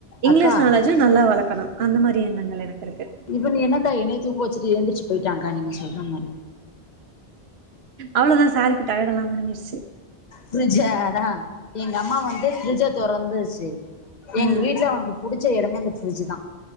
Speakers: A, on the right; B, on the left.
A: இங்கிலீஷ்
B: அக்கா
A: நாலேஜும் நல்லா வளக்கணு அந்த மாரி எண்ணங்கள் எனக்கு இருக்கு
B: இவன் என்னக்கா என்னைய தூங்க வச்சிட்டு எந்திரிச்சு போயிட்டாக்கா நீங்க சொல்ற மாரி
A: அவ்ளோதா சாருக்கு டயடெல்லா முடிஞ்சிருச்சு
B: பிரிட்ஜ் அதா எங்க அம்மா வந்து பிரிட்ஜ தொறந்துருச்சு எங்க
A: அ
B: வீட்டுல அவனுக் புடிச்ச இடமே இந்த பிரிட்ஜ் தா